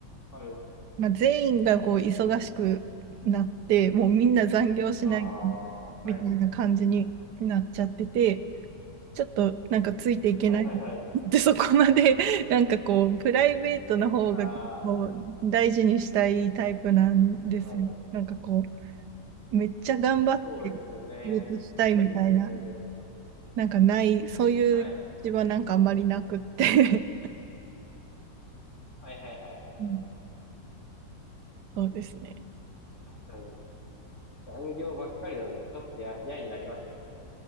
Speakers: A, on the left; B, on the right.
A: はい。
B: まあ、全員がこう忙しくなって、もうみんな残業しない
A: ああ、はい。
B: みたいな感じになっちゃってて、ちょっとなんかついていけないなってそこまで
A: はいはいはい。
B: <laughs> なんかこう、プライベートの方が結構大事にしたいタイプなんですよ。
A: ああ、はい。
B: なんかこう、めっちゃ頑張って仕事したいみたいな、
A: そうですよね。大事ですよね、プライベート。
B: なんかない、そういう気持ちはなんかあんまりなくって
A: はい。はいはいはいはいはい。
B: うん <laughs> そうですね。
A: 確かに。残業ばっかりだとちょっとや、嫌になりますよね。